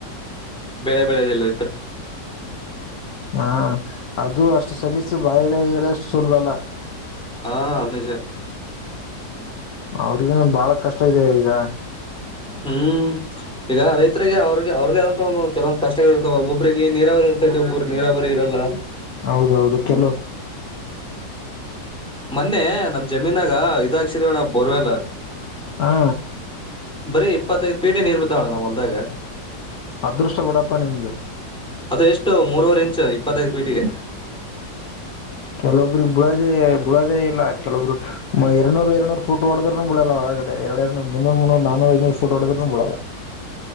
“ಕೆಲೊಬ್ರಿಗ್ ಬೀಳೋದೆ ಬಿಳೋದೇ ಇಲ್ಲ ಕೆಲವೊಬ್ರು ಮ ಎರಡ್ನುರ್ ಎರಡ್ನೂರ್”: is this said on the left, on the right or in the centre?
Left